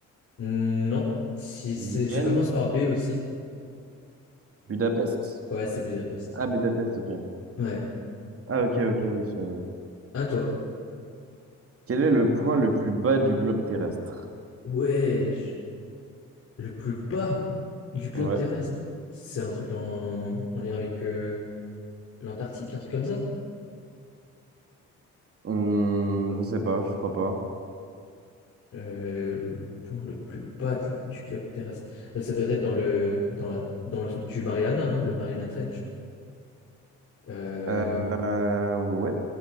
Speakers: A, on the left (about 50°); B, on the right (about 50°).
A: Hmm, Non, si c'est...
B: Vienne,
A: ça commence par B aussi.
B: Budapest.
A: Ouais, c'est Budapest.
B: Ah, Budapest, ok.
A: Ouais.
B: Ah, ok, ok, oui, ça,
A: À toi.
B: Quel est le point le plus bas du globe terrestre?
A: Wesh. Le plus bas du globe
B: Ouais.
A: terrestre. C'est un truc en, en lien avec euh, l'Antarctique, un truc comme ça.
B: Hum, je sais pas, je crois pas.
A: Euh, le point le plus bas de- du globe terrestre. Bah, ça doit être dans le, dans la, dans le truc du Mariana, non? Le Mariana Trench. Euh,
B: Euh, ouais,